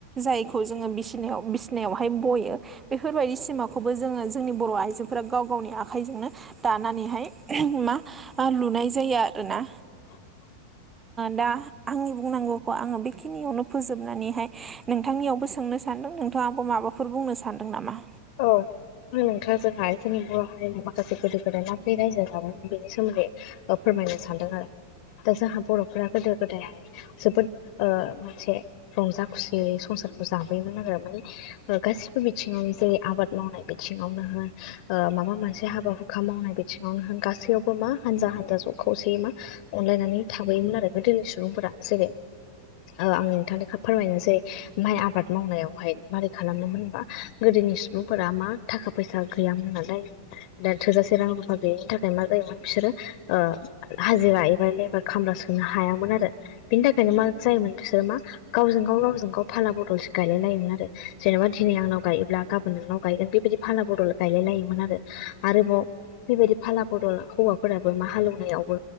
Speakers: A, on the right; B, on the left.
A: जायखौ जोङो बिसिनायाव बिसिनायावहाय बयो बेफोरबायदि सिमाखौबो जोङो जोंनि बर' आइजोफोरा गाव गावनि आखाइजोंनो दानानैहाय मा लुनाय जायो आरोना
B: <inaudible>
A: दा आंनि बुंनांगौखौ आङो बेखिनियावनो फोजोबनानैहाय नोंथांनियावबो सोंनो सान्दों नोंथाङाबो माबाफोर बुंनो सानदों नामा
B: औ नोंथां जोंहाय जोंनि बर' हारिनि माखासे गोदो गोदाय माबोरै रायजो जाबायमोन बेनि सोमोन्दै फोरमायनो सानदों आरो दा जोंहा बर'फोरा गोदो गोदायहाय जोबोद ओ मोनसे रंजा खुसियै संसारखौ जाबोयोमोन आरो माने गासिबो बिथिङावनो जे आबाद मावनाय बिथिङावनो होन माबा मोनसे हाबा हुखा मावनाय बिथिङावनो होन गासैयाव मा हानजा हानजा ज खौसेयै मा अनलायनानै थाबोयोमोन आरो गोदोनि सुबुंफोरा जेरै आं नोंथांनिखौ फोरमायनोसै माइ आबाद मावनायावहाय मारै खालामोमोन होनबा गोदोनि सुबुंफोरा मा थाखा फैसा गैयामोन नालाय दा थोजासे रां रुफा गैयिनि थाखाय मा जायोमोन बिसोरो हाजिरा एबा लेबार खामला सोंनो हायामोन आरो बिनि थाखायनो मा जायोमोन बिसोरो मा गावजों गाव गावजों गाव फाला बदलसो गायलाय लायोमोन आरो जेनेबा दिनै आंनाव गायोब्ला गाब फोन नोंनाव गायगोन बेबायदि फाला बदल गायलाय लायोमोन आरोबाव बेबायदि फाला बदल हौवाफोराबो मा हालेवनायावबो